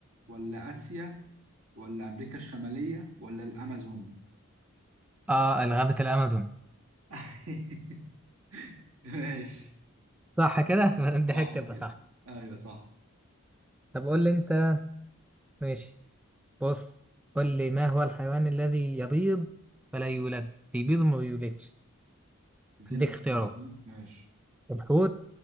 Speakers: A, on the right; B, in the centre.
A: ولا اسيا ولا امريكا الشمالية ولا الامازون
B: آه غابة الأمازون
A: <laughs> <laughs> ماشي
B: صح كده <laughs> دي
A: صح
B: حاجة تبقى
A: كده
B: صح
A: ايوه صح
B: طب قول لي انت ماشي بص قول لي ما هو الحيوان الذي يبيض ولا يولد بيبيض وما بيولدش
A: اديني
B: هديك
A: اختيارات
B: اختيارات
A: كده. ماشي
B: الحوت